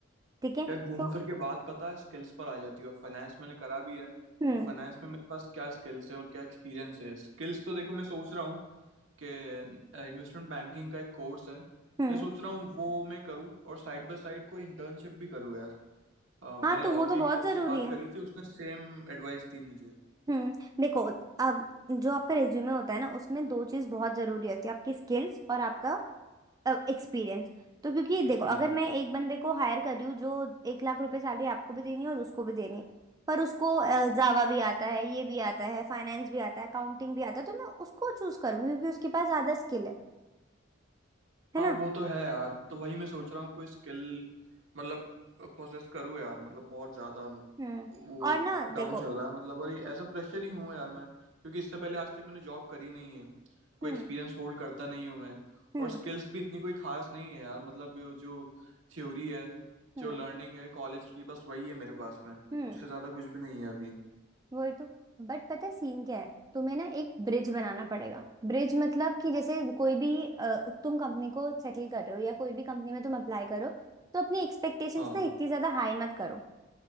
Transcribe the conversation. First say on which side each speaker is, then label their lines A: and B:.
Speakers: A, on the right; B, on the right.
A: ठीक है
B: यार घूम
A: तो
B: फिर के बात पता है स्किल्स पर आ जाती है और फाइनेंस मैंने करा भी है
A: हम्म
B: तो फाइनेंस में मेरे पास क्या स्किल्स है और क्या एक्सपीरियंस है स्किल्स तो देखो मैं सोच रहा हूँ कि इन्वेस्टमेंट बैंकिंग का एक कोर्स है
A: हम्म
B: मैं सोच रहा हूँ वो मैं करूँ और साइड बाय साइड कोई इंटर्नशिप भी करूँ यार अ, मैंने
A: हाँ तो
B: और
A: वो तो
B: भी
A: बहुत
B: एक दोस्त
A: जरूरी
B: से बात
A: है
B: करी थी उसने सेम एडवाइस दी मुझे
A: हम्म देखो अब जो आपका रिज्यूमे होता है ना उसमें दो चीज बहुत जरूरी होती है आपकी स्किल्स और आपका एक्सपीरियंस तो क्योंकि
B: एक्सपीरियंस
A: देखो अगर मैं एक बंदे को हायर कर रही हूँ जो एक लाख रुपए सैलरी आपको भी देनी है और उसको भी देनी है पर उसको जावा भी आता है ये भी आता है फाइनेंस भी आता है अकाउंटिंग भी आता है तो मैं उसको चूज करूंगी क्योंकि उसके पास ज्यादा स्किल है है
B: हाँ
A: ना
B: वो तो है यार तो वही मैं सोच रहा हूँ कोई स्किल मतलब पोसेस करूँ यार मतलब बहुत ज्यादा
A: हम्म
B: वो
A: और ना
B: डाउन
A: देखो
B: चल रहा है मतलब और एज अ फ्रेशर ही हूँ यार मैं क्योंकि इससे पहले आज तक मैंने जॉब करी नहीं है कोई
A: हम्म
B: एक्सपीरियंस होल्ड करता नहीं हूँ मैं
A: हम्म
B: और स्किल्स भी इतनी कोई खास नहीं है यार मतलब ये जो थ्योरी है
A: हम्म
B: जो लर्निंग है कॉलेज की बस वही है मेरे पास में
A: हम्म
B: उससे ज़्यादा कुछ भी नहीं है अभी
A: वही तो बट पता है सीन क्या है तुम्हें ना एक ब्रिज बनाना पड़ेगा ब्रिज मतलब कि जैसे कोई भी अ, तुम कंपनी को सेटल कर रहे हो या कोई भी कंपनी में तुम अप्लाई करो तो अपनी एक्सपेक्टेशंस
B: हाँ
A: ना इतनी ज्यादा हाई मत करो